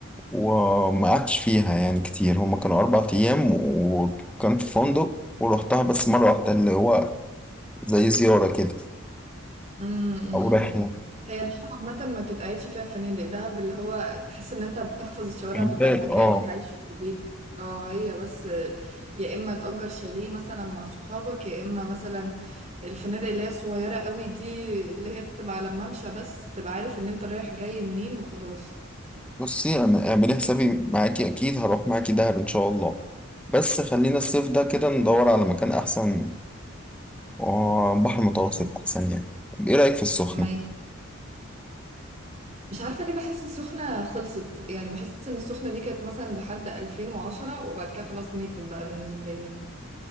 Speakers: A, in the centre; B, on the right.
A: وما قعدتش فيها يعني كتير هما كانوا أربع أيام وكان في فندق ورحتها بس مرة واحدة اللي هو زي زيارة كده
B: امم أمم.
A: أو رحلة
B: امم. هي ده عامة ما تتقعدش فيها الفنادق ده اللي هو تحس ان انت بتحفظ الشوارع
A: كان
B: بتاعتها
A: باد
B: كأنك
A: اه
B: عايش في بيتك اه هي بس يا اما تأجر شاليه مثلا مع صحابك يا اما مثلا الفنادق اللي هي صغيرة قوي دي اللي هي تبقى على الممشى بس تبقى عارف ان انت رايح جاي منين وخلاص
A: بصي أنا اعملي حسابي معاكي أكيد هروح معاكي دهب إن شاء الله بس خلينا الصيف ده كده ندور على مكان أحسن وبحر متوسط
B: <laughs> أمم.
A: أحسن يعني طب إيه رأيك في السخنة؟
B: ماشي مش عارفة ليه بحس السخنة خلصت يعني بحس ان السخنة دي كانت مثلا لحد 2010 وبعد كده خلاص ماتت بقى بالنسبة لي